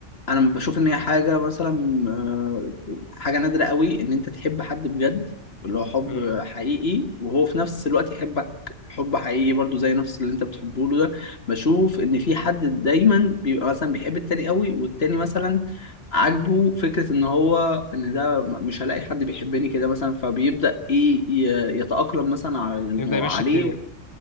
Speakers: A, on the left; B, on the left.
A: انا بشوف ان هي حاجه مثلا آه، حاجه نادره قوي ان انت تحب حد بجد اللي هو حب
B: مم.
A: حقيقي وهو في نفس الوقت يحبك حب حقيقي برضو زي نفس اللي انت بتحبه له ده بشوف ان في حد دايما بيبقى مثلا بيحب التاني قوي والتاني مثلا عاجبه فكره ان هو ان ده م- مش هلاقي حد بيحبني كده مثلا فبيبدا ايه ي- يتاقلم مثلا على المو-
B: يبدا يمشي
A: عليه
B: الدنيا